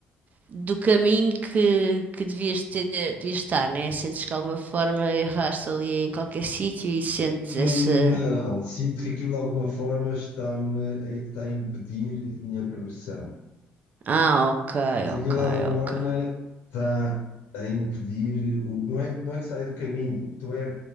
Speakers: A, on the right (about 45°); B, on the left (about 75°).
A: do caminho que, que devias ter, devias estar, né? Sentes que de alguma forma erraste ali em qualquer sítio e sentes
B: Hum,
A: essa,
B: Não, sinto que aquilo de alguma forma está-me a, está a impedir a minha progressão.
A: ah, ok,
B: Se aquilo
A: ok,
B: de alguma
A: ok.
B: forma está a impedir, o, não é, não é que sai do caminho, tu é,